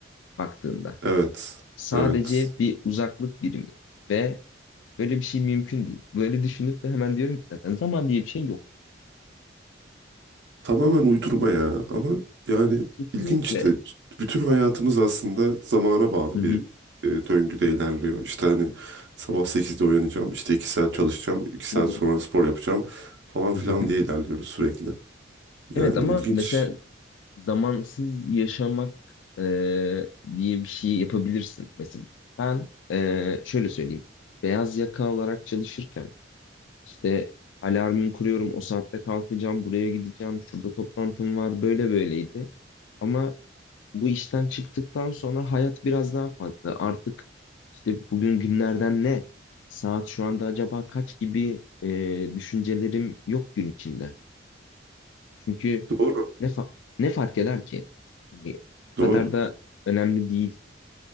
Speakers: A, on the left (about 85°); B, on the right (about 70°).
A: baktığında.
B: Evet
A: Sadece
B: evet
A: bir uzaklık birimi ve böyle bir şey mümkün değil. Böyle düşünüp de hemen diyorum ki zaten zaman diye bir şey yok.
B: Tamamen uydurma ya ama yani
A: Kesinlikle.
B: ilginç işte bütün hayatımız aslında zamana bağlı
A: Hı hı.
B: bir e, döngüde ilerliyor. İşte hani sabah sekizde uyanacağım, işte 2 saat çalışacağım, iki saat
A: Tabii.
B: sonra spor yapacağım falan
A: <laughs>
B: filan diye ilerliyoruz sürekli. Yani
A: Evet ama
B: ilginç.
A: mesela zamansız yaşamak e, diye bir şey yapabilirsin. Mesela ben e, şöyle söyleyeyim. Beyaz yaka olarak çalışırken İşte alarmımı kuruyorum, o saatte kalkacağım, buraya gideceğim, şurada toplantım var, böyle böyleydi. Ama bu işten çıktıktan sonra hayat biraz daha farklı. Artık işte bugün günlerden ne? Saat şu anda acaba kaç gibi e, düşüncelerim yok gün içinde. Çünkü
B: Doğru.
A: ne, fa- ne fark eder ki? Hani o
B: Doğru.
A: kadar da önemli değil